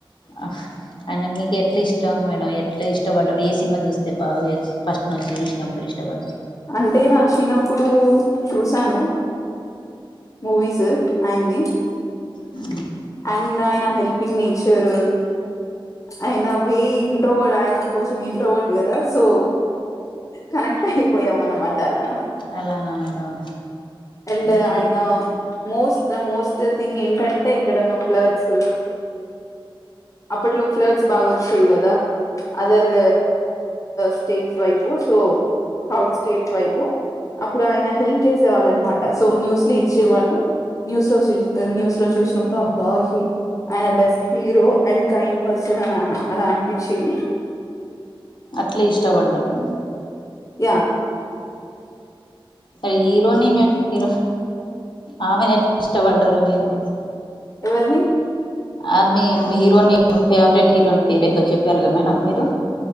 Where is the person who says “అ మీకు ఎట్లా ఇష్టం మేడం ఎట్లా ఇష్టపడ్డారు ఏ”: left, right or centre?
Left